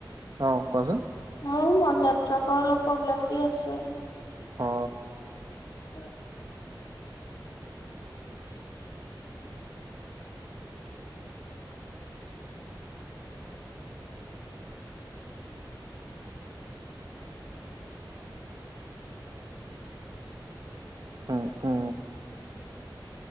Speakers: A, on the right; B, on the left.
A: অ কোৱাচোন
B: মোৰ ন নেটৱৰ্কৰ অলপ প্ৰব্লেম দি আছে
A: অ
B: অ <unintelligible>
A: উ উ